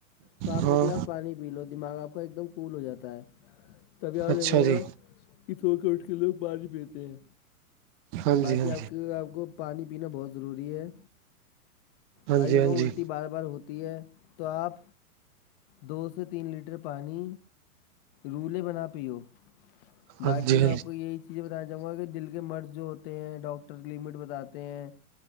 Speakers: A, on the left; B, on the right.
A: تو آپ
B: ہاں
A: ایک گلاس پانی فیل ہو دماغ آپ کا ایک دم کول ہو جاتا ہے کبھی آپ دیکھوگا
B: اچھا جی
A: سو کے اٹھ کے لوگ پانی پیتے ہیں
B: ہاں
A: باقی
B: جی ہاں
A: آپ کے آپ کو پانی پینا بہت ضروری ہے بھائی
B: جی
A: میکو
B: ہاں جی
A: الٹے بار بار ہوتی ہے تو آپ دو سے تین لیٹر پانی رولیں بنا پی ہو
B: ہاں
A: باقی
B: جی
A: میں آپ کو یہی یہ بتانا چاہوں گا کہ دل کے مرض جو ہوتے ہیں ڈاکٹر لمٹ بتاتے ہیں